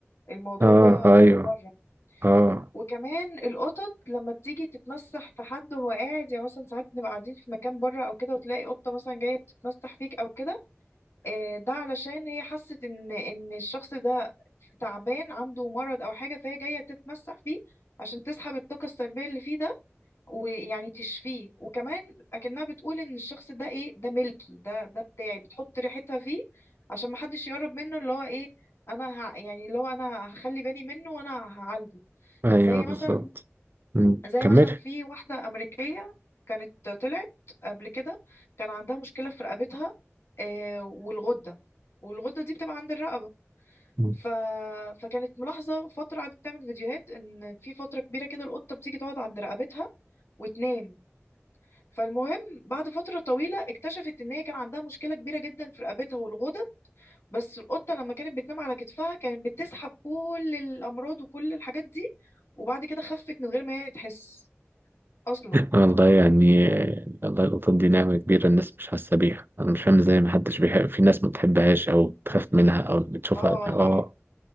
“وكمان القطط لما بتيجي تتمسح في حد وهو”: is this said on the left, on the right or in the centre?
Left